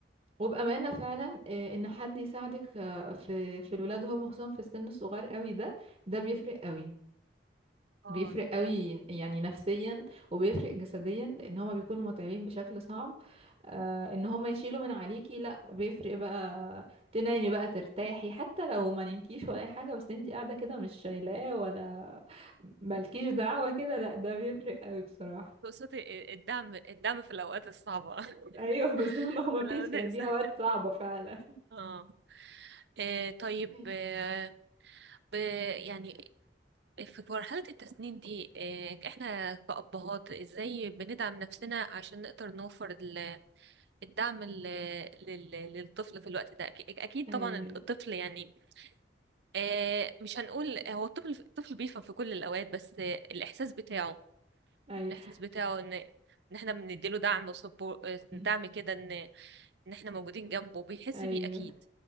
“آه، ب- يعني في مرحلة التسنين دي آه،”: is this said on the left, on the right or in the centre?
Right